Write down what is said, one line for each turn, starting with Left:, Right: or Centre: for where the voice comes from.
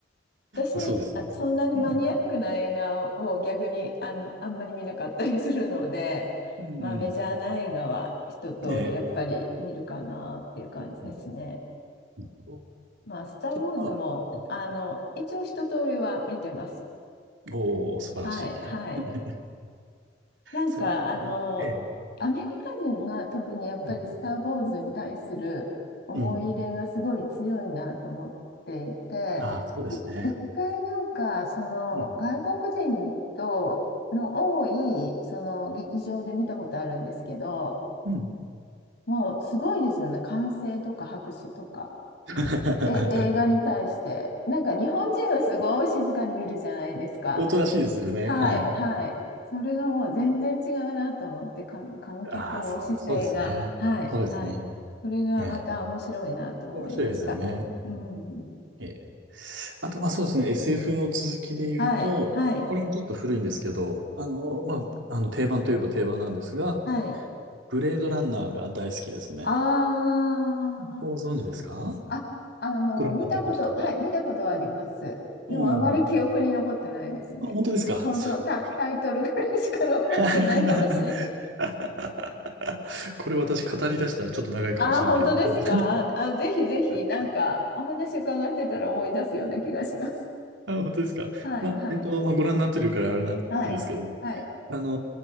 Left: 私、
Right: あ、そうですね。
Left: あそんなにマニアックな映画を逆にあん、
Right: うん。
Left: あんまり見なかったりするので、<laughs>
Right: うんうん。
Left: まあメジャーな映画は一通りやっぱり見るかなっていう感じですね。
Right: ええ。うんなるほど
Left: まあ、スター・ウォーズも、
Right: で、まあ、ええ
Left: あの、一応一通りは見てます。
Right: おー、素晴らしい。
Left: はい、はい。
Right: <laughs>
Left: なんか、
Right: そうですね。
Left: あの、
Right: ええ。
Left: アメリカ人が特にやっぱりスター・
Right: うん。
Left: ウォーズに対する思い入れがすごい強いなと思っていて、
Right: うん。ああ、そうですね。
Left: い一回なんか、その外国人との多いその劇場で見たことあるんですけど、
Right: うん。うん。
Left: もうすごいですよね。歓声とか拍手とか。
Right: <laughs>
Left: え、映画に対して。なんか日本人はすごい静かに見るじゃないですか。
Right: おとなしいですよね。
Left: はい、
Right: はい。
Left: はい。それがもう全然違うなと思って、観観客の姿勢が。
Right: ああ、そう、そうですね。
Left: はい、
Right: そうですね。
Left: はい。それがまた面白いなと思いました。
Right: ええ。面白いですよね。
Left: うん。
Right: うん、ええ。あと、まあそうですね。SF の続きで言うと、
Left: はい、はい、
Right: まあこれもちょっと古いんですけど、あの、まあ、あの、定番といえば定番なんですが、
Left: はい。
Right: ブレードランナーが大好きですね。
Left: ああ、
Right: ご存知ですか
Left: あ、あの、
Right: ご覧になったこととか。
Left: 見たこと、はい、見たことはあります。
Right: うんも
Left: でもあまり記憶に残ってないですね。
Right: う、あ、本当ですか。
Left: 本当、
Right: そう
Left: タ、タイトルぐらいしか残ってないかもしれない。
Right: <laughs> <laughs> これ私語り出したらちょっと長いかもしれないですけど
Left: <laughs> ああ、本当ですか。あ、ぜひぜひ、
Right: <laughs>
Left: なんか、お話伺ってたら思い出すような気がします。
Right: あ、本当ですか。
Left: はい、
Right: まあ、
Left: はい、
Right: えっと、まあ、ご覧になってるからあれなんですけど、
Left: はい、はい、
Right: あの